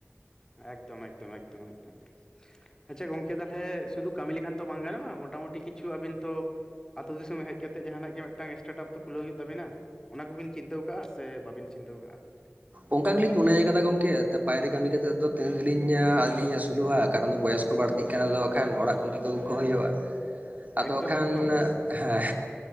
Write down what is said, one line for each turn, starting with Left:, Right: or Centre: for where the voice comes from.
Left: ᱮᱠᱫᱚᱢ, ᱮᱠᱫᱚᱢ, ᱮᱠᱫᱚᱢ, ᱮᱠᱫᱚᱢ᱾ ᱟᱪᱪᱷᱟ ᱜᱚᱝᱠᱮ, ᱛᱟᱦᱚᱞᱮ ᱥᱩᱫᱷᱩ ᱠᱟᱹᱢᱤ ᱞᱮᱠᱷᱟᱱ ᱛᱚ ᱵᱟᱝ ᱜᱟᱱᱚᱜᱼᱟ᱾ ᱢᱚᱴᱟᱢᱩᱴᱤ ᱠᱤᱪᱷᱩ ᱟᱵᱤᱱ ᱛᱚ ᱟᱹᱛᱩ ᱫᱤᱥᱚᱢ ᱦᱮᱡ ᱠᱟᱛᱮ ᱡᱟᱦᱟᱱᱟᱜ ᱜᱮ ᱢᱤᱫᱴᱟᱝ ᱥᱴᱟᱴᱯᱚ ᱠᱷᱩᱞᱟᱹᱣ ᱦᱩᱭᱩᱜ ᱛᱟᱵᱤᱱᱟ? ᱚᱱᱟ ᱠᱚᱵᱤᱱ ᱪᱤᱱᱛᱟᱹᱣ ᱠᱟᱜᱼᱟ ᱥᱮ ᱵᱟᱹᱵᱤᱱ ᱪᱤᱱᱛᱟᱹᱣ ᱠᱟᱜᱼᱟ᱾
Right: ᱚᱱᱠᱟ ᱜᱮᱞᱤᱧ ᱢᱚᱱᱮᱭ ᱟᱠᱟᱫᱟ, ᱜᱚᱝᱠᱮ ᱵᱟᱭᱨᱮ ᱠᱟᱹᱢᱤ ᱠᱟᱛᱮᱫ ᱫᱚ ᱛᱤᱱᱟᱹᱜ ᱜᱮᱧ ᱟᱹᱞᱤᱧ ᱟᱹᱥᱩᱞᱚᱜᱼᱟ᱾ ᱠᱟᱨᱚᱱ ᱵᱚᱭᱚᱥ ᱵᱟᱹᱲᱛᱤᱜ ᱠᱟᱱᱟ᱾ ᱟᱫᱚ ᱵᱟᱠᱷᱟᱱ ᱚᱲᱟᱜ ᱜᱚᱝᱠᱮ ᱠᱚᱜᱮ ᱠᱚ ᱦᱩᱭᱩᱜᱼᱟ᱾ ᱟᱫᱚ
Left: ᱮᱠᱫᱚᱢ
Right: ᱵᱟᱠᱷᱟᱱ
Left: ᱮᱠᱫᱚᱢ
Right: ᱦᱮᱸ᱾